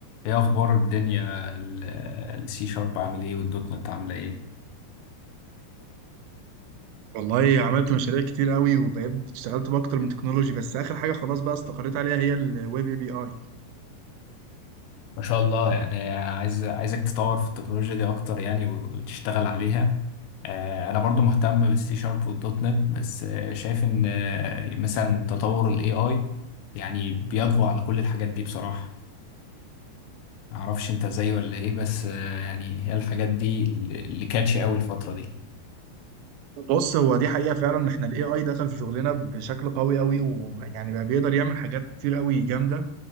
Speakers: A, on the left; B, on the right.
A: ايه اخبار الدنيا السي شارب عامل ايه والدوت نت عامله ايه
B: والله عملت مشاريع كتير قوي وبقيت اشتغلت باكتر من تكنولوجي بس اخر حاجه خلاص بقى استقريت عليها هي الويب اي بي اي
A: ما شاء الله يعني عايز عايزك تطور في التكنولوجيا دي اكتر يعني وتشتغل عليها آه، انا برضو مهتم بالسي شارب والدوت نت بس آه، شايف ان آه، مثلا تطور الاي اي يعني بيطغى على كل الحاجات دي بصراحه معرفش انت زيي ولا ايه بس آه، يعني هي الحاجات دي اللي كاتشي قوي الفتره دي
B: بص هو دي حقيقه فعلا ان احنا الاي اي دخل في شغلنا بشكل قوي قوي ويعني بقى بيقدر يعمل حاجات كتير قوي جامده